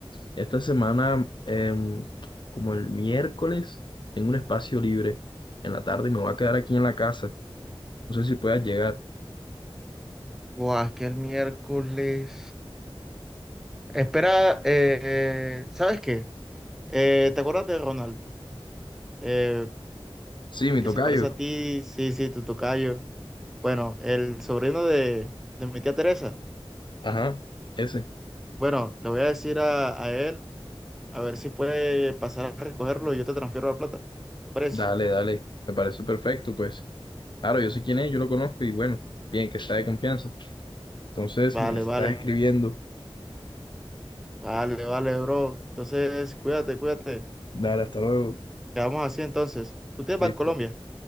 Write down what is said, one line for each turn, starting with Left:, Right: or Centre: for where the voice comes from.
Left: esta semana, em, como el miércoles, tengo un espacio libre en la tarde y me voy a quedar aquí en la casa. No sé si puedas llegar.
Centre: Buah, es que el miércoles. Espera, eh, eh, ¿sabes qué? Eh, ¿te acuerdas de Ronald? Eh,
Left: Sí,
Centre: el
Left: mi
Centre: que
Left: tocayo.
Centre: se parece a ti, sí, sí, tu tocayo. Bueno, el sobrino de, de mi tía Teresa.
Left: Ajá. Ese.
Centre: Bueno, le voy a decir a, a él a ver si puede pasar a recogerlo y yo te transfiero la plata. ¿Te parece?
Left: Dale, dale, me parece perfecto, pues. Claro, yo sé quién es, yo lo conozco y bueno, bien, que sea de confianza. Entonces,
Centre: Vale,
Left: me estás
Centre: vale,
Left: escribiendo.
Centre: vale, vale, bro. Entonces, cuídate, cuídate.
Left: Dale, hasta luego.
Centre: Quedamos así entonces. ¿Tú tienes
Left: Listo.
Centre: para Colombia?